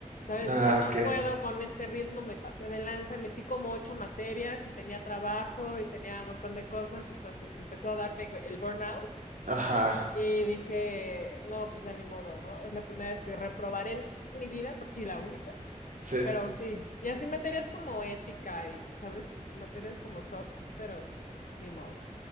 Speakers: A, on the left; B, on the right.
A: ¿Sabes?
B: Ah,
A: Dije, no
B: ok.
A: puedo con este ritmo, me pasé de lanza, metí como ocho materias y tenía trabajo y tenía un montón de cosas, entonces empezó a darme el burnout
B: Ajá.
A: y dije, no, pues ya ni modo, ¿no? Es la primera vez que reprobaré en mi vida por- y la única,
B: Sí,
A: pero sí. Y así materias como ética y, ¿sabes? Materias como soft, pero ni modo.